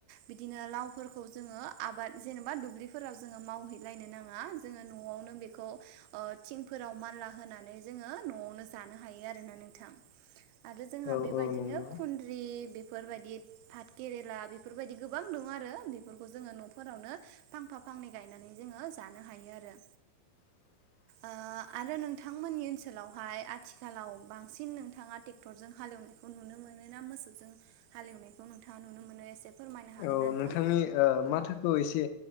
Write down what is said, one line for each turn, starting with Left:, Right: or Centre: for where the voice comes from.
Right: बिदिनो लावफोरखौ जोङो आबाद ज जेनेबा दुब्लिफोराव जोङो मावहैद लायनो नाङा जोङो न'आवनो बेखौ थिंफोराव मानला होनानै जोङो न'आवनो जा लानो हायो आरोना नोंथां आरो जोंहा
Left: औ
Right: बेबादिनो
Left: औ नंगौ
Right: खुनद्रि बेफोरबायदि भात केेरेला बेफोरबायदि गोबां दं आरो बेफोरखौ जोङो न'फोरावनो फांफा फांनै गायनानै जोङो जानो हायो आरो।
Left: <inaudible>
Right: ओ आरो नोंथांमोननि ओनसोलावहाय आथिखालाव बांसिन नोंथाङा टेक्टरजों हाल‌एवो नुनो मोनो ना मोसौजों हालएवनायखौ नोंथाङा नुनो मोनो एसे फोरमायनो हागोन
Left: औ
Right: ना नोंथां
Left: नोंथांनि ओ माथोखौ एसे